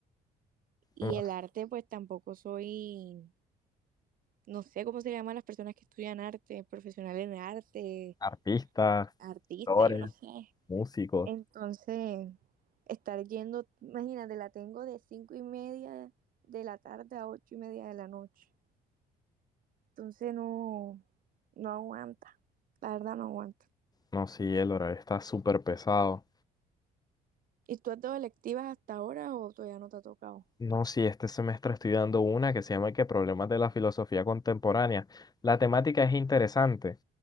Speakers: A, on the right (about 55°); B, on the left (about 25°).
A: Y
B: No
A: el
B: sé,
A: arte, pues tampoco soy, no sé cómo se llaman las personas que estudian arte, profesionales en arte,
B: Artistas,
A: artista,
B: actores,
A: yo no sé.
B: músicos.
A: Entonces, estar yendo, imagínate, la tengo de cinco y media de la tarde a ocho y media de la noche. Entonces no, no aguanta, la verdad no aguanta.
B: No, sí, el horario está súper pesado.
A: ¿Y tú has dado electivas hasta ahora o todavía no te ha tocado?
B: No, sí, este semestre estoy dando una que se llama que Problemas de la filosofía contemporánea. La temática es interesante